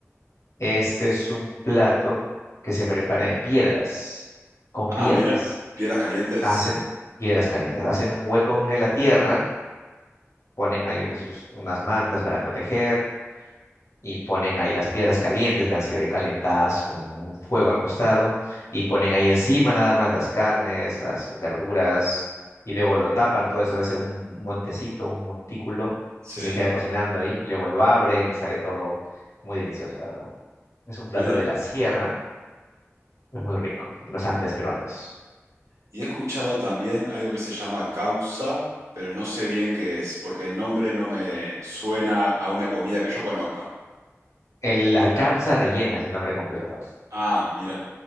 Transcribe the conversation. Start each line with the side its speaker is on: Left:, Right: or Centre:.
Left: Este es un plato que se prepara en piedras, con piedras.
Right: Ah, mira, piedras calientes.
Left: Hacen piedras calientes, hacen un hueco en la tierra, ponen ahí unas, sus- unas mantas para proteger, y ponen ahí las piedras calientes que han sido ya calentadas con un fuego al costado y ponen ahí encima nada más las carnes, las verduras y luego lo tapan todo eso, es un montecito, un montículo
Right: Sí,
Left: y se queda cocinando ahí y luego lo abren y sale todo muy delicioso, la verdad. Es un plato
Right: mira.
Left: de la sierra, es muy rico, de los Andes peruanos.
Right: Y he escuchado también algo que se llama causa, pero no sé bien qué es, porque el nombre no me suena a una comida que yo conozca.
Left: El- la causa rellena es el nombre completo.
Right: Ah, mira,